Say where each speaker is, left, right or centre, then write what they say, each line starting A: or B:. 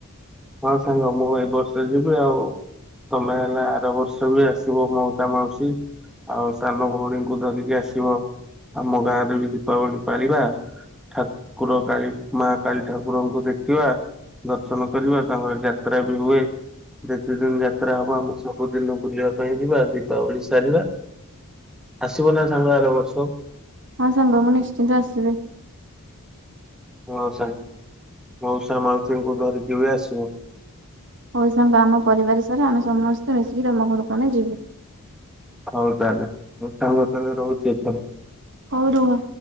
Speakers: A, in the centre; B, on the right (about 55°).
A: ହଁ ସାଙ୍ଗ ମୁଁ ଏଇ ବର୍ଷରେ ଯିବି ଆଉ। ତମେ ହେଲା ଆର ବର୍ଷ ବି ଆସିବ ମଉସା ମାଉସୀ। ଆଉ ସାନ ଭଉଣୀଙ୍କୁ ଧରିକି ଆସିବ ଆମ ଗାଁରେ ବି ଦୀପାବଳି ପାଳିବା। ଠାକୁର କାଳ ମା କାଳୀ ଠାକୁରଙ୍କୁ ଦେଖିବା ଦର୍ଶନ କରିବା ତାପରେ ତାଙ୍କର ଯାତ୍ରା ବି ହୁଏ। ଯେତେ ଦିନ ଯାତ୍ରା ହବ ଆମେ ସବୁଦିନ ବୁଲିବା ପାଇଁ ଯିବା ଦୀପାବଳି ସାରିବା। ଆସିବ ନା ସାଙ୍ଗ ଆର ବର୍ଷ?
B: ହଁ ସାଙ୍ଗ ମୁଁ ନିଶ୍ଚିନ୍ତ ଆସିବି।
A: ମଉସା ମଉସା ମାଉସୀଙ୍କୁ ଧରିକି କେବେ ଆସିବ?
B: ହଉ ସାଙ୍ଗ ଆମ ପରିବାର ସାରା ଆମେ ସମସ୍ତେ ମିଶିକି ତମ ଘରକୁ ଆମେ ଯିବୁ।
A: ହଉ ତାହେଲେ ସାଙ୍ଗ ତାହେଲେ ରହୁଛି ଏଥର।
B: ହଉ ରୁହ।